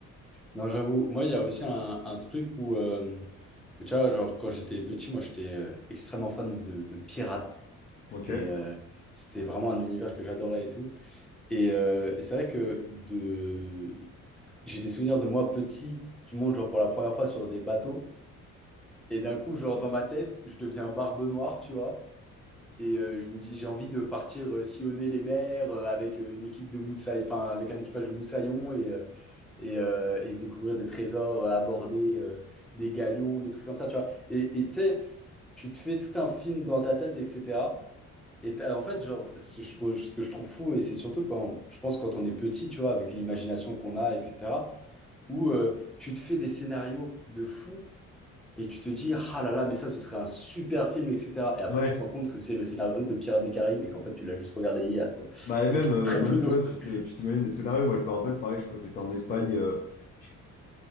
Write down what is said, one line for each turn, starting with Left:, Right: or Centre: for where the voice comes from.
Centre: Non, j'avoue, moi, il y a aussi un, un truc où, euh, où, tu vois, genre, quand j'étais petit, moi, j'étais euh, extrêmement fan de, de pirates. C'était
Left: Ok.
Centre: euh, c'était vraiment un univers que j'adorais et tout. Et, euh, et c'est vrai que de... j'ai des souvenirs de moi petit qui montent, genre, pour la première fois sur des bateaux. Et d'un coup, genre, dans ma tête, je deviens Barbe Noire, tu vois. Et euh, je me dis, j'ai envie de partir euh, sillonner les mers euh, avec euh, une équipe de moussaillons, enfin, avec un équipage de moussaillons et, euh, et, euh, et découvrir des trésors, euh, aborder euh, des galions, des trucs comme ça, tu vois. Et et tu sais, tu te fais tout un film dans ta tête, etc. Et t'as- en fait, genre, ce, je trouve- ce que je trouve fou, et c'est surtout quand, je pense, quand on est petit, tu vois, avec l'imagination qu'on a, etc., où euh, tu te fais des scénarios de fou et tu te dis, ah là là, mais ça, ce serait un super film, etc. Et après,
Left: Ouais.
Centre: tu te rends compte que c'est le scénario de Pirates des Caraïbes et qu'en fait, tu l'as juste regardé hier, quoi.
Left: Bah, et même,
Centre: Donc,
Left: euh,
Centre: très
Left: même
Centre: peu d'eau.
Left: tu vois, tu
Centre: <laughs>
Left: te- tu t'imagines des scénarios. Moi, je me rappelle, pareil, je crois que j'étais en Espagne. euh, je